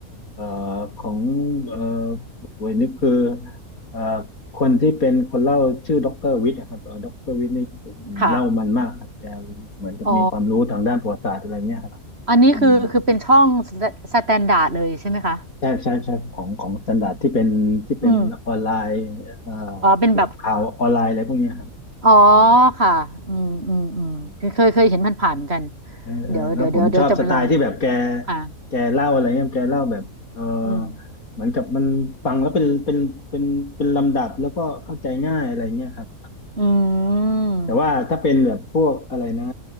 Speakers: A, on the left; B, on the right.
A: เอ่อของเอ่อเวยนี่คือเอ่อคนที่เป็นคนเล่าชื่อด็อกเตอร์วิทย์นะครับเอ่อด็อกเตอร์วิทย์นี่
B: ค่ะ
A: เล่ามันมากครับแกเหมือนกับมีความรู้ทางด้านประวัติศาสตร์อะไรเงี้ยครับ
B: อ๋ออันนี้คือคือเป็นช่อง
A: อืม
B: สแตนดาร์ดเลยใช่ไหมคะ
A: ใช่ใช่ใช่ของของสแตนดาร์ดที่เป็นที่เป็นออนไลน์เอ่อ
B: อืมอ๋อเป็นแบบ
A: พวกข่าวออนไลน์อะไรพวกเนี้ยครับ
B: อ๋อ
A: อืม
B: ค่ะอืมอืมอืมเคยเคยเคยเห็นมันผ่านเหมือนกัน
A: อืมเออเออแล้วผมชอบสไตล์ที่แบบแก
B: เดี๋ยวเดี๋ยวเดี๋ยวเดี๋ยวจะไปลองดูอ่า
A: แกเล่าอะไรเงี้ยแกเล่าแบบเออ
B: อืม
A: เหมือนกับมันฟังแล้วเป็นเป็นเป็นเป็นลำดับแล้วก็เข้าใจง่ายอะไรเงี้ยครับ
B: อืม
A: แต่ว่าถ้าเป็นแบบพวกอะไรนะ